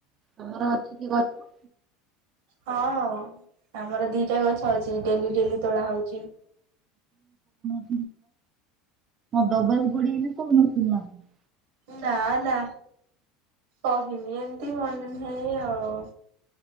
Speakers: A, on the right; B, on the right.
A: ତମର ଅଛିିକି ଗଛ?
B: ହଁ ଆମର ଦିଟା ଗଛ ଅଛି ଡେଲି ଡେଲି ତୋଳା ହଉଛି।
A: ମଁ ଦବାକୁ ପଡିଗଲେ କ ନଥିଲ ନା କ?
B: ନା ନା କହିନି ଏମିତି ମନେ ନାହିଁ ଆଉ।